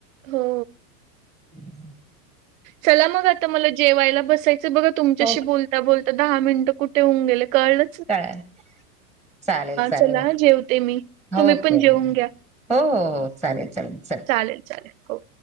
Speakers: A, on the right; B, in the centre.
A: हो
B: हम्
A: चला मग आता मला जेवायला बसायचं बघा तुमच्याशी
B: हो
A: बोल बोलता बोलता दहा मिनिटं कुठे होऊन गेले कळलं
B: कळेल चालेल चालेल
A: चला जेवते मी. तुम्ही
B: ओके
A: पण
B: हो
A: जेवून घ्या.
B: हो हो चालेल चालेल चालेल
A: चालेल चालेल हो